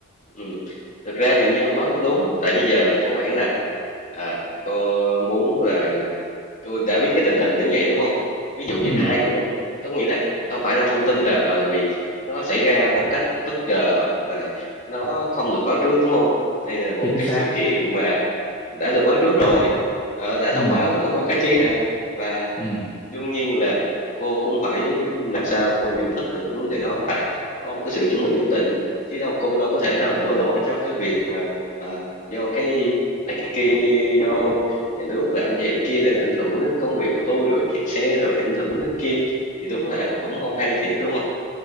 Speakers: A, on the left (about 35°); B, on the left (about 15°).
A: ừ thực ra thì như ông nói cũng đúng tại bây giờ căn bản là à cô muốn là Tôi đã biết cái tình hình nếu vậy đúng không? Ví dụ như
B: ừ
A: ai cũng có nghĩa là đâu phải là thông tin là ờ vì nó xảy ra một cách bất ngờ hoặc là nó không được báo trước đúng không? Đây là một
B: chính
A: cái
B: xác
A: sự kiện mà đã được báo trước rồi, ờ, đã thông
B: ừ
A: báo trước thông báo cáo chí ra và
B: ừ
A: Đương nhiên là cô cũng phải làm sao cô nhận thức được cái vấn đề đó và có một cái sự chuẩn bị nhất định chứ đâu cô đâu có thể nào đổ lỗi cho cái việc mà à, do cái này cái kia do nhà nước làm vậy kia là ảnh hưởng đến công việc của tôi rồi kẹt xe rồi ảnh hưởng đến kia thì đúng là cũng không hay thiệt đúng không